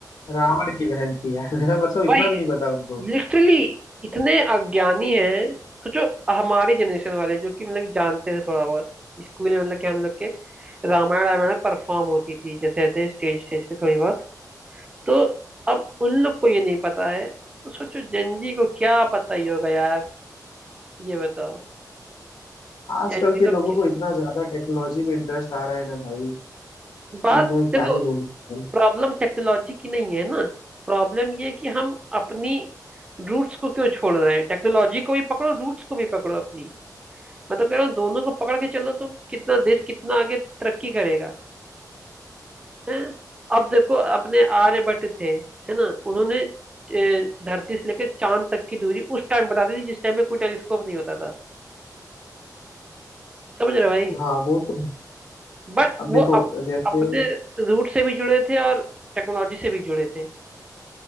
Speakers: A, on the left; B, on the right.
A: रावण की बहन थी यार <laughs> मतलब
B: तो
A: इतना
B: भाई
A: भी नहीं पता उनको
B: लिटरली इतने अज्ञानी हैं सोचो हमारी जनरेशन वाले जो कि मतलब जानते थे थोड़ा बहुत स्कूल में मतलब कि हम लोग के रामायण रामायण परफॉर्म होती थी जैसे ऐसे स्टेज स्टेज पे थोड़ी बहुत तो अब उन लोग को ये नहीं पता है तो सोचो जनजी को क्या पता ही होगा यार ये बताओ
A: आजकल
B: जनजी
A: के
B: लोग
A: लोगों
B: क्या-
A: को इतना ज्यादा टेक्नोलॉजी में इंटरेस्ट आ रहा है ना भाई
B: बात
A: ये मैं क्या
B: देखो
A: ही बोलूं यार।
B: प्रॉब्लम टेक्नोलॉजी की नहीं है ना प्रॉब्लम ये है कि हम अपनी रूट्स को क्यों छोड़ रहे हैं टेक्नोलॉजी को भी पकड़ो रूट्स को भी पकड़ो अपनी मैं तो कह रहा हूँ दोनों को पकड़ के चलो तो कितना देश कितना आगे तरक्की करेगा है अब देखो अपने आर्यभट्ट थे है ना उन्होंने ए, धरती से लेकर चांद तक की दूरी उस टाइम बता दी थी जिस टाइम में कोई टेलीस्कोप नहीं होता था समझ रहे हो भाई
A: हाँ वो तो
B: बट
A: अब देखो
B: वो अप,
A: जैसे
B: अपने रूट से भी जुड़े थे और टेक्नोलॉजी से भी जुड़े थे